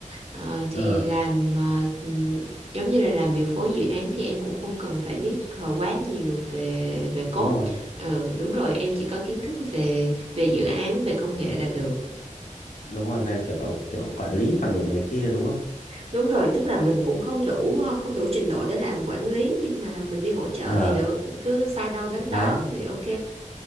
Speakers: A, on the right; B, on the left.
A: Ờ, thì
B: ờ
A: làm ờ, ừm, giống như là làm điều phối dự án thì em cũng không cần phải biết ờ, quá nhiều về về code
B: đúng rồi
A: Ờ, đúng rồi em chỉ có kiến thức về về dự án về công nghệ là được
B: đúng rồi về kiểu kiểu quản lý quản lùng này kia đúng không
A: đúng rồi tức là mình cũng không đủ ờ, không đủ trình độ để làm quản lý nhưng mà mình đi hỗ trợ
B: ờ
A: thì được cứ sai đâu đánh
B: đấy
A: đó thì ok